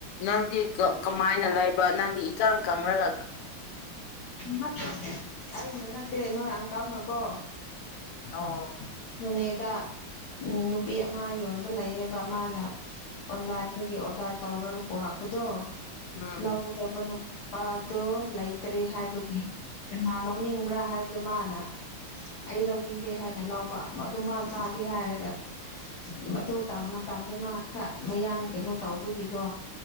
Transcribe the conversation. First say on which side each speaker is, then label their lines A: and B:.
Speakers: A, on the left; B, on the left.
A: ꯅꯪꯗꯤ ꯀꯃꯥꯏꯅ ꯂꯩꯕ ꯅꯪꯗꯤ ꯏꯀꯪ ꯀꯪꯂꯒ
B: ꯅꯠꯇꯦ ꯑꯩꯅ ꯅꯠꯇꯦ ꯅꯣꯏ ꯑꯪꯀꯜꯅꯀꯣ
A: ꯑꯣ
B: ꯅꯣꯅꯦꯗ ꯎ ꯅꯨꯄꯤ ꯑꯃ ꯌꯣꯟ ꯂꯩꯌꯦꯕ ꯃꯥꯅ ꯑꯣꯟꯂꯥꯏꯟꯗꯒꯤ ꯑꯣꯗꯔ ꯇꯧꯔꯒ ꯄꯨꯔꯛꯄꯗꯣ
A: ꯎꯝ
B: ꯂꯧꯒꯗꯕ ꯅꯨꯄꯥꯗꯣ ꯂꯩꯇ꯭ꯔꯦ ꯍꯥꯏꯕꯒꯤ ꯀꯅꯥ ꯂꯧꯅꯤꯡꯕ꯭ꯔꯥ ꯍꯥꯏꯕꯗꯣ ꯃꯥꯅ ꯑꯩ ꯂꯧꯕꯤ ꯥꯒꯦ ꯍꯥꯏꯅ ꯂꯧꯕ ꯑꯗꯨꯃ ꯆꯥꯒꯦ ꯍꯥꯏꯔꯒ ꯑꯗꯨ ꯃꯇꯝꯗ ꯃꯥ ꯈꯔ ꯃꯌꯥꯡ ꯀꯩꯅꯣ ꯇꯧꯕꯒꯤꯀꯣ